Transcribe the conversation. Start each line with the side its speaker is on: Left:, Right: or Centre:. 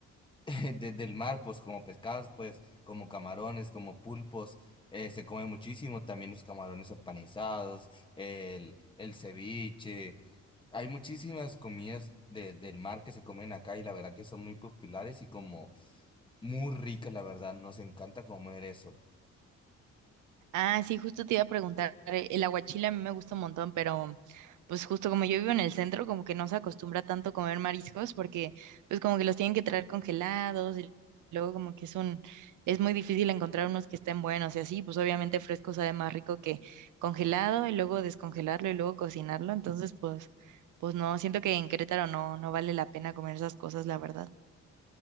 Left: <laughs> de- del mar, pues como pescados, pues como camarones, como pulpos, eh, se come muchísimo, también los camarones empanizados, el, el ceviche. Hay muchísimas comidas de, del mar que se comen acá y la verdad que son muy populares y como muy ricas, la verdad, nos encanta comer eso.
Right: Ah, sí, justo te iba a preguntar, eh, el aguachile a mí me gusta un montón, pero pues justo como yo vivo en el centro, como que no se acostumbra tanto a comer mariscos porque pues como que los tienen que traer congelados y luego como que es un, es muy difícil encontrar unos que estén buenos y así, pues obviamente fresco sabe más rico que congelado y luego descongelarlo y luego cocinarlo, entonces pues, pues no, siento que en Querétaro no, no vale la pena comer esas cosas, la verdad.